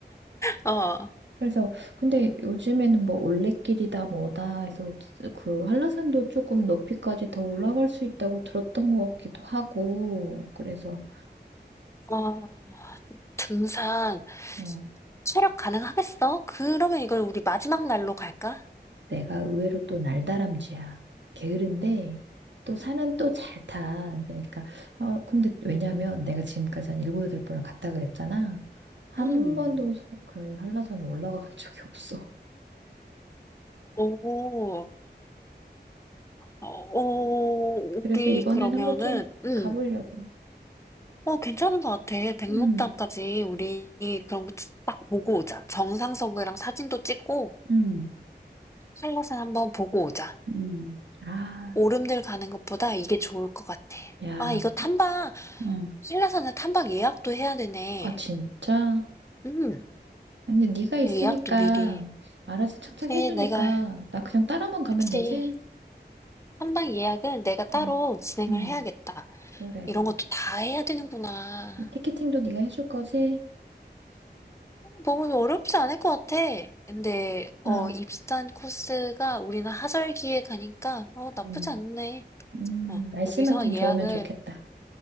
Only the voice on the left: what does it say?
어,
어. 등산.
체력 가능하겠어? 그러면 이걸 우리 마지막 날로 갈까?
음.
<laughs> 오, 어, 어, 우리
그러면은,
음.
어, 괜찮은 것 같아. 백록담까지
우리 그런 거 딱 보고 오자. 정상석이랑 사진도 찍고
한라산 한번 보고 오자.
오름들 가는 것보다 이게 좋을 것 같아.
아, 이거 탐방,
한라산은 탐방 예약도 해야 되네.
음,
예약도 미리.
네,
내가,
그치.
탐방 예약은 내가 따로
진행을
해야겠다.
이런 것도 다 해야 되는구나.
너무 어렵지 않을 것 같아. 근데 어
입산 코스가 우리는 하절기에 가니까 어 나쁘지
않네.
어,
여기서
예약을